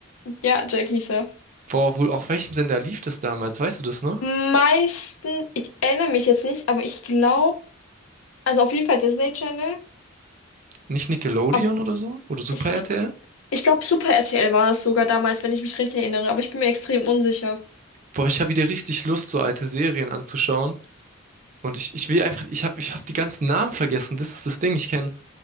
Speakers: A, on the left; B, on the right.
A: Ja, Jack hieß er.
B: Boah, wo, auf welchem Sender lief das damals? Weißt du das noch?
A: Meisten, ich erinnere mich jetzt nicht, aber ich glaube, also auf jeden Fall Disney Channel,
B: Nicht Nickelodeon
A: aber
B: oder so? Oder Super
A: ich,
B: RTL?
A: ich, ich glaube Super RTL war es sogar damals, wenn ich mich recht erinnere, aber ich bin mir extrem unsicher.
B: Boah, ich habe wieder richtig Lust, so alte Serien anzuschauen. Und ich, ich will einfach, ich habe ich hab die ganzen Namen vergessen. Das ist das Ding. Ich kenne